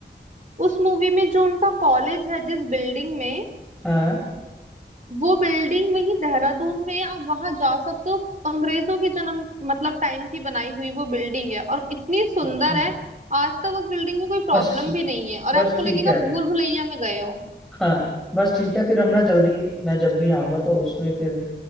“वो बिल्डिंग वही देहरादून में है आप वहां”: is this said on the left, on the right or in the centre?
Right